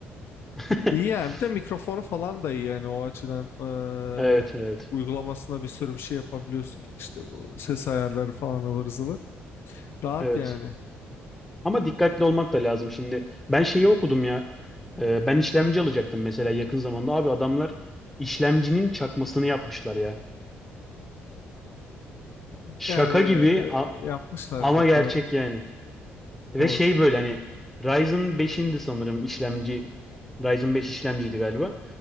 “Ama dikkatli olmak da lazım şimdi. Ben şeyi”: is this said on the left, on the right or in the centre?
Centre